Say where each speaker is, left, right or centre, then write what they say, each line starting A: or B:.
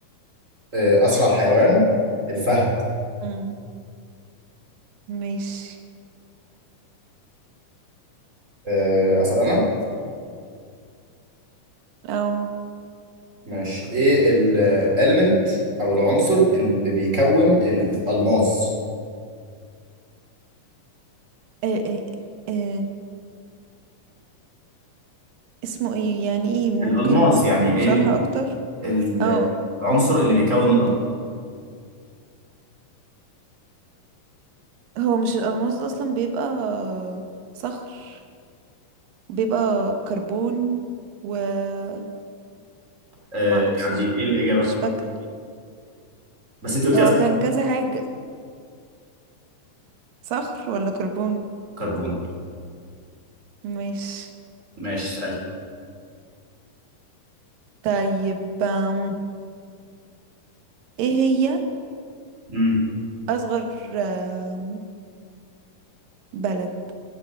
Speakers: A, on the right; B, on the right.
A: آه، أسرع حيوان الفهد
B: مم، ماشي
A: آه، أسأل أنا
B: او
A: ماشي إيه الإليمنت أو العنصر اللي بيكون الألماس
B: أه، أه، أه، اسمه ايه يعني ايه ممكن
A: الألماس يعني ايه
B: شرح
A: ال-
B: اكتر
A: ال-
B: اه
A: العنصر اللي بيكون الألماس
B: هو مش الألماس ده أصلا بيبقى صخر بيبقى كربون ومع
A: آه
B: أكسجين
A: يعني ايه الإجابة
B: مش فاكرة
A: بس انت قلت
B: هو
A: لي
B: كان كذا حاجة صخر ولا كربون
A: كربون
B: مش
A: ماشي اسألي
B: طيب أم، ايه هي
A: امم
B: أصغر أم، بلد